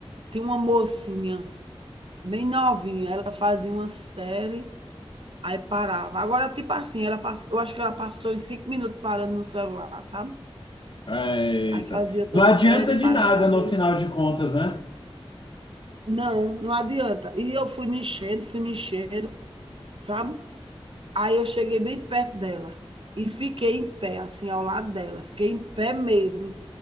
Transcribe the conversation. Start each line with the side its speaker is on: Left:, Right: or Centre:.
Right: tinha uma mocinha, bem novinha, ela fazia uma série, aí parava. Agora, tipo assim, ela passa, eu acho que ela passou em 5 minutos parando no celular, sabe?
Left: Ah, eita.
Right: Aí fazia outra
Left: Não
Right: série,
Left: adianta de
Right: parava.
Left: nada no
Right: E
Left: final de contas, né?
Right: Não, não adianta. E eu fui me enchendo, fui me enchendo, sabe? Aí eu cheguei bem perto dela e fiquei em pé, assim, ao lado dela. Fiquei em pé mesmo,